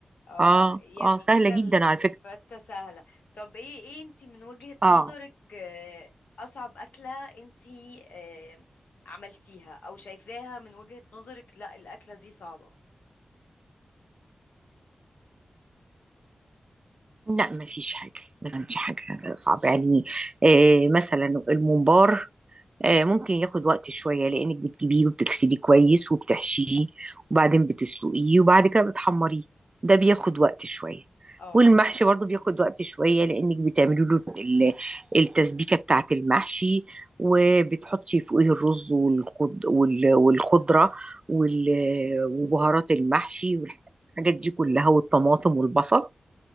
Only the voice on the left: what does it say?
اه
يعني
كده
ال- الفتة
سهلة طب ايه ايه انتي من وجهة
نظرك آه، اصعب اكلة انتي آه، عملتيها او شايفاها من وجهة نظرك لا الاكلة دي صعبة
اه
مم.